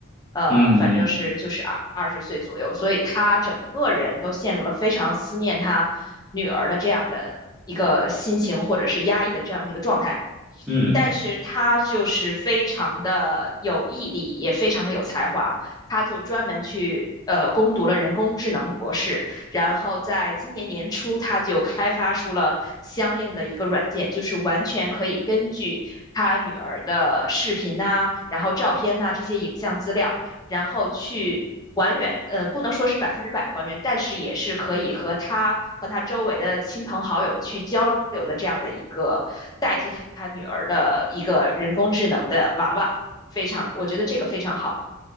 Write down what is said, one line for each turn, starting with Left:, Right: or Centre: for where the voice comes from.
Left: 呃，
Centre: 嗯嗯
Left: 反正是就是二二十岁左右，所以他整个人都陷入了非常思念他女儿的这样的一个心情，或者是压抑的这样的一个状态。
Centre: 嗯，
Left: 但是他就是非常的有毅力，也非常的有才华，他就专门去呃攻读了人工智能的博士，然后在今年年初他就开发出了相应的一个软件，就是完全可以根据他女儿的视频呐、然后照片呐、这些影像资料，然后去还原，呃，不能说是百分之百还原，但是也是可以和他和他周围的亲朋好友去交流的这样的一个代替他女儿的一个人工智能的娃娃，非常，我觉得这个非常好。